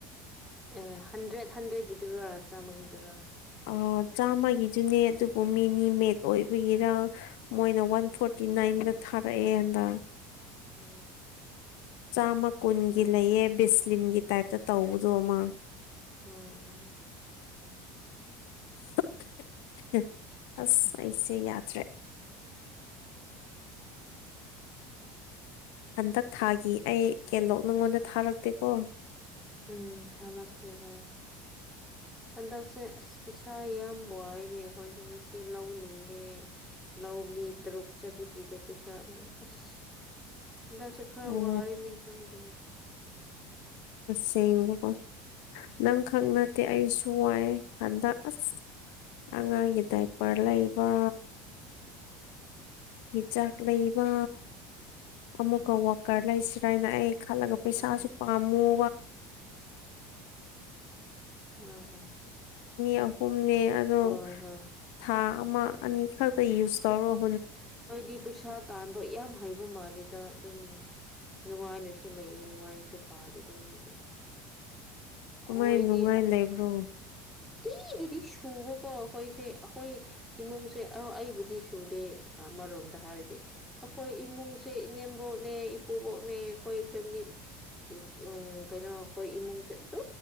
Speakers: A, in the centre; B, on the left (about 70°).
A: ꯑꯦ ꯍꯟꯗ꯭ꯔꯦꯠ ꯍꯟꯗ꯭ꯔꯦꯠꯀꯤꯗꯨꯔꯥ ꯆꯥꯝꯃꯒꯤꯗꯨꯔ
B: ꯑꯣ ꯆꯥꯃꯒꯤꯗꯨꯅꯦ ꯑꯗꯨꯕꯨ ꯃꯤꯅꯤ ꯃꯦꯗ ꯑꯣꯏꯕꯒꯤꯔ ꯃꯣꯏꯅ ꯋꯥꯟ ꯐꯣꯔꯇꯤ ꯅꯥꯏꯟ ꯊꯔꯌꯦꯗ
A: ꯑ
B: ꯆꯥꯃ ꯀꯨꯟꯒꯤ
A: ꯎꯝ
B: ꯂꯩꯑ ꯕꯤꯁꯂꯤꯟꯒꯤ ꯇꯥꯏꯞꯇ ꯇꯧꯕꯗꯣ ꯑꯃꯃ
A: ꯎꯝ ꯎꯝ
B: <inaudible> ꯑꯁ ꯑꯩꯁꯦ ꯌꯥꯗ꯭ꯔꯦ ꯍꯟꯗꯛ ꯊꯥꯒꯤ ꯑꯩ ꯀꯦꯟꯂꯣꯛ ꯅꯉꯣꯟꯗ ꯊꯥꯔꯛꯇꯦꯀꯣ
A: ꯎꯝ ꯊꯥ ꯂꯥꯛꯇ ꯍ ꯍꯟꯗꯛꯁꯦ ꯑꯁ ꯄꯩꯁꯥ ꯌꯥꯝ ꯋꯥꯏꯅꯦ ꯑꯩꯈꯣꯏꯁꯨ ꯉꯁꯤ ꯁꯤ ꯂꯧꯅꯤꯡꯉꯦ ꯂꯧ ꯃꯤ ꯇꯔꯨꯛ ꯆꯕꯒꯤꯗꯣ ꯄꯩꯁꯥ ꯑꯃꯨ ꯑꯁ
B: <inaudible>
A: ꯍꯟꯗꯛꯁꯦ ꯈꯔ
B: ꯑꯣ
A: ꯋꯥꯔꯤꯔꯤꯅꯦ ꯈꯪꯗꯔꯤꯦ
B: ꯁ ꯏꯀꯣ ꯅꯪ ꯈꯛ ꯅꯠꯇꯦ ꯑꯩꯁꯨ ꯋꯥꯏ ꯍꯟꯗꯛ ꯑꯁ ꯍꯉꯒꯗꯦ
A: ꯎꯝ
B: ꯄꯔ ꯂꯩ ꯂꯩꯕ ꯆꯥꯛ ꯂꯩꯕ ꯑꯃꯨꯛꯀ ꯋꯥꯀꯔ ꯂꯩꯁꯤꯔꯥ ꯍꯥꯏꯅ ꯑꯩ ꯂꯒ ꯄꯩ
A: ꯎꯝ
B: ꯁꯥꯁꯨꯄꯥ <inaudible> ꯑꯅꯤ
A: ꯍꯣꯏ ꯍꯣꯏ
B: ꯑꯍꯨꯝꯅꯦ ꯑꯗꯣ
A: ꯍꯣꯏ ꯍꯣꯏ
B: ꯊꯥ ꯑꯃ ꯑꯅꯤꯈꯛꯇ ꯌꯨꯁ ꯇꯧꯔꯣ
A: ꯅꯣꯏꯗꯤ ꯄꯩꯁꯥ ꯇꯥꯟꯕ ꯌꯥꯝ ꯍꯩꯕ ꯃꯥꯜꯂꯤꯦꯗ ꯑꯗꯨꯝ ꯅꯨꯡꯉꯥꯏꯅꯁꯨ ꯂꯩꯌꯦ ꯅꯨꯡꯉꯥꯏꯅꯁꯨ ꯄꯥꯜꯂꯤꯗ ꯅꯣꯏꯗꯤ
B: ꯀꯃꯥꯏ
A: ꯑꯣꯏꯗꯤ
B: ꯅꯨꯡꯉꯥꯏ ꯂꯩꯕ꯭ꯔꯣ
A: ꯇꯤꯒꯤꯗꯤ ꯁꯨꯕꯀꯣ ꯑꯩꯈꯣꯏꯁꯦ ꯑꯩꯈꯣꯏ ꯏꯃꯨꯡꯁꯦ ꯑꯩꯕꯨꯗꯤ ꯁꯨꯗꯦ ꯑꯃꯔꯣꯝꯗ ꯍꯥꯏꯔꯗꯤ ꯑꯩꯈꯣꯏ ꯏꯃꯨꯡꯁꯦ ꯏꯅꯦꯝꯕꯣꯛꯅꯦ ꯏꯄꯨꯕꯣꯛꯅꯦ ꯑꯩꯈꯣꯏ ꯐꯦꯃꯤꯂꯤ ꯎꯝ ꯀꯩꯅꯣ ꯍꯣꯏ ꯏꯃꯨꯡ ꯆꯠ ꯑꯗꯨ